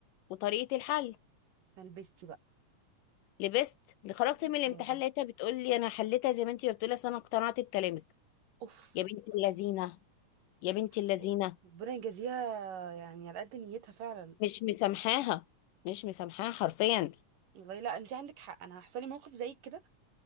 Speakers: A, on the left; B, on the right.
A: وطريقه الحل
B: فلبستي بقى
A: لبست اللي خرجت
B: يا
A: من
B: نهار
A: الامتحان
B: ابيض
A: لقيتها بتقول لي انا حليتها زي ما انتي بتقولي اصل انا اقتنعت بكلامك
B: اوف
A: يا بنت
B: اوف
A: اللذينه
B: اوف
A: يا بنت
B: اوف
A: اللذينه
B: اوف. ربنا يجازيها يعني على قد نيتها فعلا
A: مش مسامحاها مش مسامحاها حرفيا
B: والله لا انت عندك حق انا هيحصل لي موقف زي كده